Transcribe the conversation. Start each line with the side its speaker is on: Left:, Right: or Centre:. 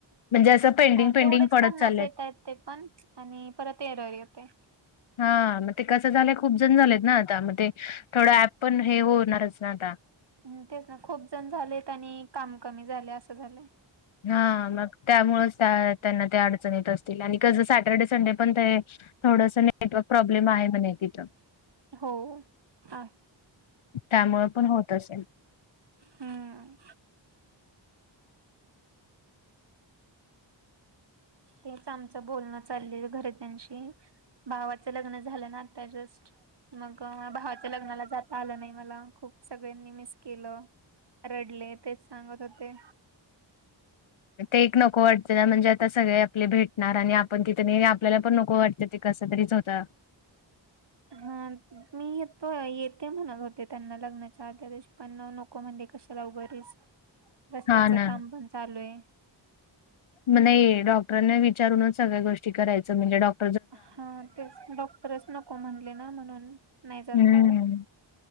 Left: म्हणजे असं पेंडिंग,
Right: हा.
Left: पेंडिंग
Right: तेवढेच
Left: पडत
Right: पन्नास
Left: चाललेत.
Right: येतायेत. ते पण आणि परत एरर येते.
Left: हा.. म ते कसं झालंय खूप जण झालेत ना आता मग ते थोडं ऍप पण हे होणारच ना आता.
Right: ह् तेच ना. खूप जण झालेत आणि काम कमी झाले असं झालंय.
Left: हा.. मग त्यामुळंच त्या त्यांना ते अडचण येत असतील आणि कस सॅटर्डे संडे पण ते थोडसं नेटवर्क प्रॉब्लेम आहे म्हणे तिथं.
Right: हो. आ
Left: त्यामुळं पण होत असेल.
Right: हम्म तेच आमचं बोलणं चालले घरच्यांशी. भावाचं लग्न झालं ना आता जस्ट. मग भावाच्या लग्नाला जाता आलं नाई मला. खूप सगळ्यांनी मिस केलं. रडले. तेच सांगत होते.
Left: ते एक नको वाटतं ना म्हणजे आता सगळे आपले भेटणार आणि आपण तिथं नाई आपल्याला पण नको वाट ते कस तरीच होतं.
Right: हा.. मी येतो येते म्हणत होते त्यांना लग्नाच्या अदल्या दिवशी पण न नक को म्हणे कशाला उग रीस, रस्त्याचं
Left: हां ना.
Right: काम पण चालू ए.
Left: नई.. डॉक्टरने विचारूनच सगळ्या गोष्टी करायचं म्हणजे डॉक्
Right: हा.. तेच. डॉक्टरच नको म्हणले ना म्हणून नाही जाता
Left: हम्म,
Right: आलं.